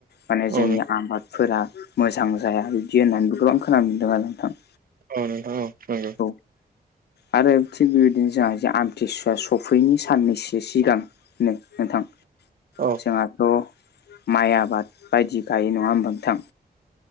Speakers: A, on the left (about 90°); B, on the right (about 60°).
A: माने
B: औ
A: जोंनि
B: नोंथां औ नंगौ
A: आबादफोरा मोजां जाया बिबदि होननानैबो गोबां खोनानो मोनदों आरो नोंथां।
B: औ नोंथां औ नंगो।
A: औ आरो थिग बेबायदिनो जोंहा आमथिसुवा सफैयैनि साननै सि सिगांनो नोंथां
B: औ
A: जोंहाथ' माइ आबाद बायदि गायो नङा ओमबा नोंथां?